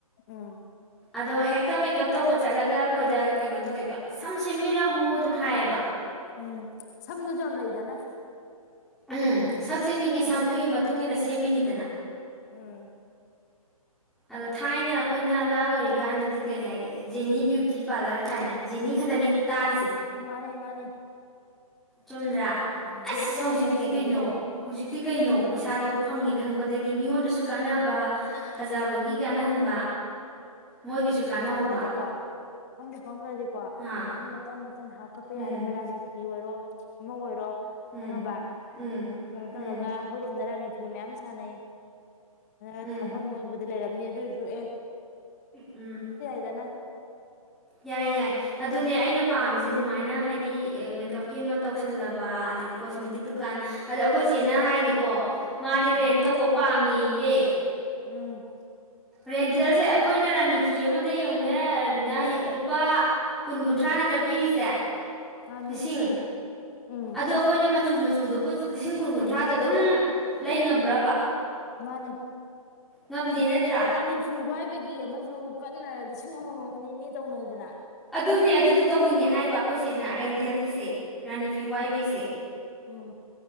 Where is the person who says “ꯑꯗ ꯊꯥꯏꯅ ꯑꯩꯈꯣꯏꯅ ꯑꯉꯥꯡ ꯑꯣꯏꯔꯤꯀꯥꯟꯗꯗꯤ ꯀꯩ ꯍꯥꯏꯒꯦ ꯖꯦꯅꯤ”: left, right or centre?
Centre